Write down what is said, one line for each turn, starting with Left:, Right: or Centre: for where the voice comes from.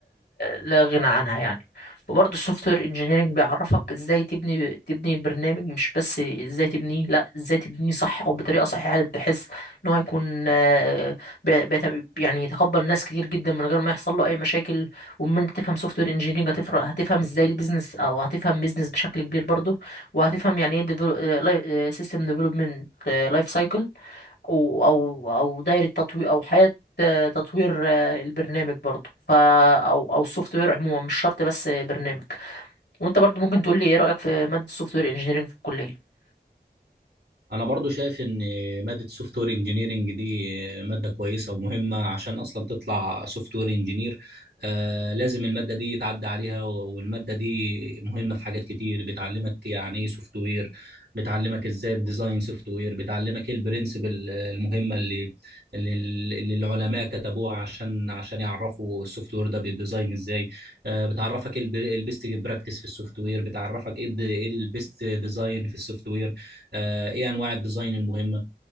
Left: لا غنى عنها يعني وبرضو السوفت وير انجينيرنج بيعرفك ازاي تبني تبني البرنامج مش بس ازاي تبنيه لا ازاي تبنيه صح او بطريقة صحيحة بحيث ان هو يكون آه، بي- بيت- يعني يتقبل ناس كتير جدا من غير ما يحصل له اي مشاكل ومن انت تفهم سوفت وير انجينيرنج هتفرق هتفهم ازاي البيزنس او هتفهم بيزنس بشكل كبير برضو وهتفهم يعني ايه سيستم ديفلوبمنت لايف سايكل او او او دايره تطوير او حياه آه، تطوير آه، البرنامج برضه ف او او السوفت وير عموما مش شرط بس برنامج وانت برضه ممكن تقول لي ايه رايك في ماده السوفت وير انجينيرنج في الكليه
Right: انا برضو شايف ان ماده سوفت وير انجينيرنج دي ماده كويسه ومهمه عشان اصلا تطلع سوفت وير انجينير آه لازم الماده دي يتعدى عليها والماده دي مهمه في حاجات كتير بتعلمك يعني ايه سوفت وير بتعلمك ازاي الديزاين سوفت وير بتعلمك ايه البرنسبل المهمه اللي اللي اللي العلماء كتبوها عشان عشان يعرفوا السوفت وير ده بيديزاين ازاي آه، بتعرفك ايه البيست براكتس في السوفت وير بتعرفك ايه البيست ديزاين في السوفت وير آه، ايه انواع الديزاين المهمه